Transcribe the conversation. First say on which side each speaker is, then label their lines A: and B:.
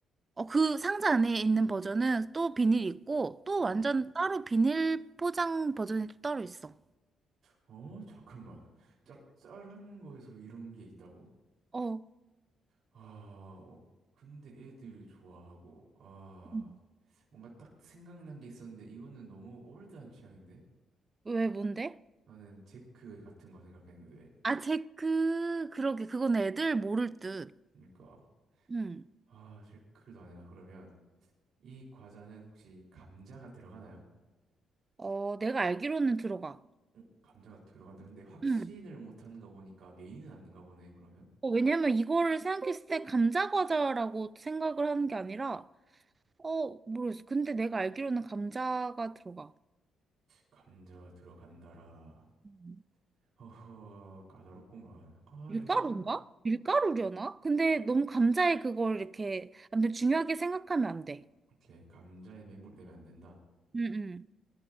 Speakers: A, on the right; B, on the right.
A: 어, 그 상자 안에 있는 버전은 또 비닐이 있고, 또
B: 음.
A: 완전 따로 비닐 포장 버전이 또 따로 있어.
B: 어, 잠깐만. <laughs> 짭짤한 거에서 이런 게 있다고?
A: 어,
B: 아, 어, 근데 애들이 좋아하고 아,
A: 음.
B: 뭔가 딱 생각난 게 있었는데 이거는 너무 올드한 취향인데?
A: 왜, 뭔데?
B: 나는 제크 같은 거 생각했는데.
A: 아, 제 그, 그러게. 그건 애들 모를 듯.
B: 그러니까
A: 응.
B: 아, 제크도 아니야. 그러면 이 과자는 혹시 감자가 들어가나요?
A: 어, 내가 알기로는 들어가.
B: 응, 감자가 들어간다. 근데 확신을
A: 응.
B: 못하는 거 보니까 메인은 아닌가 보네, 그러면.
A: 어, 왜냐면 이거를 생각했을 때 감자 과자라고 생각을 하는 게 아니라, 어, 모르겠어. 근데 내가 알기로는 감자가 들어가.
B: 감자가 들어간다라.
A: 음.
B: 허허, 까다롭구만. 아,
A: 밀가루인가?
B: 이게 생각,
A: 밀가루려나? 근데 너무 감자에 그걸 이렇게, 아무튼 중요하게 생각하면 안 돼.
B: 이렇게 감자에 매몰되면 안 된다.
A: 음. 응, 응.